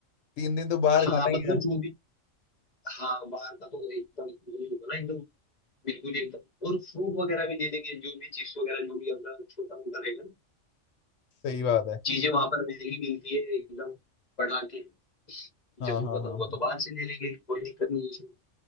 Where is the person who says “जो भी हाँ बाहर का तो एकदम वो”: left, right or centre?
Left